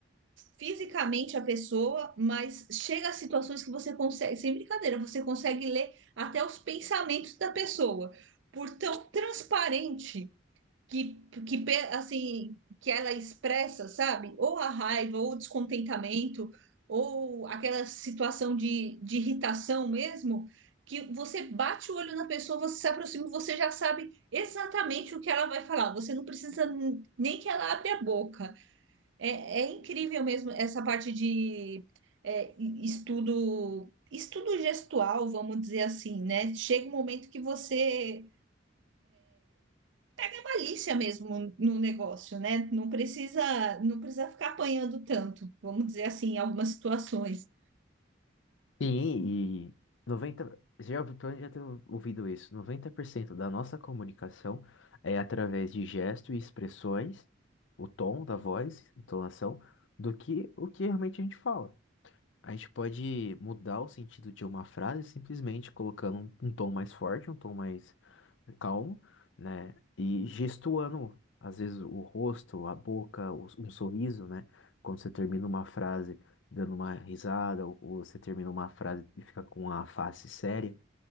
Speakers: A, on the right; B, on the left.
A: fisicamente a pessoa, mas chega a situações que você consegue, sem brincadeira, você consegue ler até os pensamentos da pessoa, por tão transparente que, que pe- assim que ela expressa, sabe? Ou a raiva, ou o descontentamento, ou aquela situação de, de irritação mesmo, que você bate o olho na pessoa, você se aproxima, você já sabe exatamente o que ela vai falar. Você não precisa n- nem que ela abra a boca. É, é incrível mesmo essa parte de é, e- estudo. Estudo gestual, vamos dizer assim, né? Chega um momento que você pega malícia mesmo no negócio, né? Não precisa, não precisa ficar apanhando tanto, vamos dizer assim, em algumas situações.
B: Sim, e noventa já, ouvi- pelo menos já tenho ouvido isso, 90% da nossa comunicação é através de gestos e expressões, o tom da voz, entonação, do que o que realmente a gente fala. A gente pode mudar o sentido de uma frase simplesmente colocando um, um tom mais forte, um tom mais calmo, né? E gestuando, às vezes, o rosto, a boca, o- um sorriso, né? Quando você termina uma frase dando uma risada, ou, ou você termina uma frase e fica com a face séria.